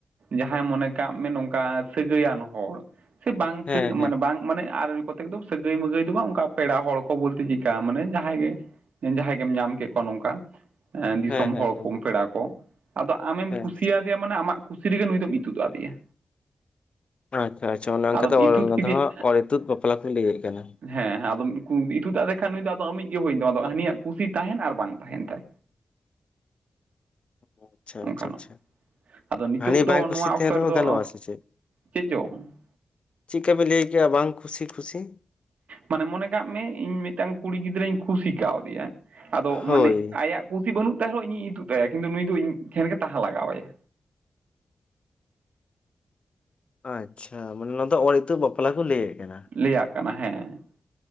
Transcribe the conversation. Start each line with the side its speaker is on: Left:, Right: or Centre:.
Right: ᱡᱟᱦᱟᱸᱭ ᱢᱚᱱᱮ ᱠᱟᱜ ᱢᱮ ᱱᱚᱝᱠᱟ ᱥᱟᱹᱜᱟᱹᱭᱟᱱ ᱦᱚᱲ ᱥᱮ ᱵᱟᱝ
Left: ᱦᱮᱸ
Right: ᱥᱟᱹᱜ
Left: ᱦᱮᱸ
Right: ᱢᱟᱱᱮ ᱵᱟᱝ ᱢᱟᱱᱮ ᱟᱨ ᱠᱚ ᱛᱮᱠᱫᱚᱢ ᱥᱟᱹᱜᱟᱹᱭ ᱢᱟᱜᱟᱹᱭ ᱫᱚ ᱵᱟᱝ, ᱚᱱᱠᱟ ᱯᱮᱲᱟ ᱦᱚᱲ ᱠᱚ ᱵᱚᱞᱛᱮ ᱪᱤᱠᱟᱹᱜᱼᱟ, ᱢᱟᱱᱮ ᱡᱟᱦᱟᱸᱭ ᱜᱮ ᱡᱟᱦᱟᱸᱭ ᱜᱮᱢ ᱧᱟᱢ ᱠᱮᱫ ᱠᱚᱣᱟ ᱱᱚᱝᱠᱟ ᱫᱤᱥᱚᱢ
Left: ᱦᱮᱸ ᱦᱮᱸ
Right: ᱦᱚᱲ
Left: ᱦᱮᱸ
Right: ᱠᱚ ᱯᱮᱲᱟ ᱠᱚ, ᱟᱫᱚ ᱟᱢᱮᱢ
Left: ᱦᱮᱸ
Right: ᱠᱩᱥᱤᱭᱤᱭᱟᱜ ᱭᱟ ᱢᱟᱱᱮ ᱟᱢ ᱠᱩᱥᱤ ᱨᱮᱜᱮ ᱱᱩᱭ ᱫᱚᱢ ᱤᱛᱩᱫ ᱟᱫᱮᱭᱟ᱾
Left: ᱟᱪᱪᱷᱟ, ᱟᱪᱪᱷᱟ ᱚᱱ ᱚᱱᱠᱟ
Right: ᱟᱫᱚᱢ
Left: ᱛᱮ
Right: ᱤᱛᱩᱫ ᱠᱮᱫᱮᱭᱟ
Left: ᱤᱛᱩᱫ ᱵᱟᱯᱞᱟ ᱠᱚᱧ ᱞᱟᱹᱭᱮᱫ ᱠᱟᱱᱟ᱾
Right: ᱦᱮᱸ ᱦᱮᱸ, ᱟᱫᱚᱠᱩ ᱤᱛᱩᱫᱟᱜ ᱞᱮᱠᱷᱟᱱ ᱱᱩᱭ ᱫᱚ ᱟᱫᱚ ᱟᱢᱤᱡ ᱜᱮ ᱦᱩᱭ ᱛᱟᱭᱟᱢᱟ᱾ ᱟᱫᱚ ᱦᱟᱹᱱᱤᱭᱟᱜ ᱠᱩᱥᱤ ᱛᱟᱦᱮᱱ ᱟᱨ ᱵᱟᱝ ᱛᱟᱦᱮᱱ ᱛᱟᱭ᱾
Left: ᱟᱪᱪᱷᱟ,
Right: ᱚᱱᱠᱟᱱᱟᱜ
Left: ᱟᱪᱪᱷᱟ, ᱟᱪᱪᱷᱟ᱾
Right: ᱟᱫᱚ ᱱᱤᱛᱚᱜ
Left: ᱦᱟᱱᱤ
Right: ᱫᱚ
Left: ᱵᱟᱭ
Right: ᱱᱚᱣᱟ
Left: ᱠᱩᱥᱤ ᱛᱟᱦᱮᱸ
Right: ᱚᱠᱛᱚ
Left: ᱨᱮᱦᱚᱸ
Right: ᱨᱮᱫᱚ
Left: ᱜᱟᱱᱚᱜᱼᱟ ᱥᱮ ᱪᱮᱫ?
Right: ᱪᱮᱫ ᱪᱚᱝ
Left: ᱪᱤᱫᱠᱟ ᱵᱮᱱ ᱞᱟᱹᱭ ᱠᱮᱭᱟ ᱵᱟᱝ ᱠᱷᱩᱥᱤ ᱠᱷᱩᱥᱤ᱾
Right: ᱢᱟᱱᱮ ᱢᱚᱱᱮ ᱠᱟᱜ ᱢᱮ ᱤᱧ ᱢᱤᱫᱴᱟᱝ ᱠᱩᱲᱤ ᱜᱤᱫᱽᱨᱟᱹᱧ ᱠᱩᱥᱤ ᱠᱟᱣᱫᱤᱭᱟ᱾ ᱟᱫᱚ
Left: ᱦᱳᱭ
Right: ᱢᱟᱱᱮ ᱟᱭᱟᱜ ᱠᱩᱥᱤ ᱵᱟᱹᱱᱩᱜ ᱛᱟᱭ ᱨᱮᱦᱚᱸ ᱤᱧᱤᱧ ᱤᱛᱩᱜ ᱟᱭᱟ ᱠᱤᱱᱛᱩ ᱱᱩᱭ ᱫᱚ ᱤᱧᱴᱷᱮᱱ ᱜᱮ ᱛᱟᱦᱮ ᱞᱟᱜᱟᱣᱟᱭᱟ᱾
Left: ᱟᱪᱪᱷᱟ, ᱢᱟᱱᱮ ᱱᱚᱣᱟ ᱫᱚ ᱚᱨ ᱤᱛᱩᱜ ᱵᱟᱯᱞᱟ ᱠᱩ ᱞᱟᱹᱭᱮᱜ ᱠᱟᱱᱟ᱾
Right: ᱞᱟᱹᱭᱟᱜ ᱠᱟᱱᱟ ᱦᱮᱸ,